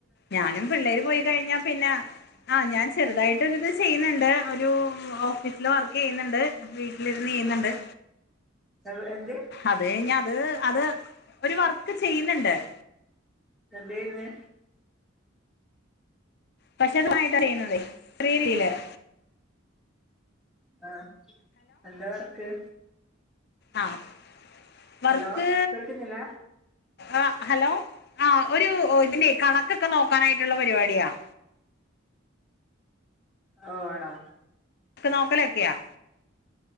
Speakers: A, on the left; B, in the centre.
A: ഞാനും പിള്ളേര് പോയി കഴിഞ്ഞാ പിന്നെ- ആഹ് ഞാൻ ചെറുതായിട്ടൊര്ത് ചെയ്യുന്നുണ്ട് ഒരു ഓഫീസില് വർക്ക് ചെയ്യുന്നൊണ്ട്- വീട്ടിലിരുന്ന് ചെയ്യുന്നൊണ്ട്-
B: എന്ത്-
A: അത് കയിഞ്ഞാ അത് അത് ഒരു വർക്ക് ചെയ്യുന്നൊണ്ട്-
B: എന്തെയ്യുന്നേ-
A: പക്ഷേ അത് വൈകിട്ടാ ചെയ്യുന്നേ പിടി കിട്ടീലെ-
B: ആഹ് എന്താ വർക്ക്-
A: ആഹ് വർക്ക്-
B: ഹലോ കേൾക്കുന്നില്ല
A: ആഹ് ഹലോ ആഹ് ഒരു ഇതിൻ്റെ കണക്കൊക്കെ നോക്കാനായിട്ട്ള്ള പരിപാടിയാ-
B: ഓഹ് ആണോ?
A: ക്ക് നോക്കലക്കെയാ-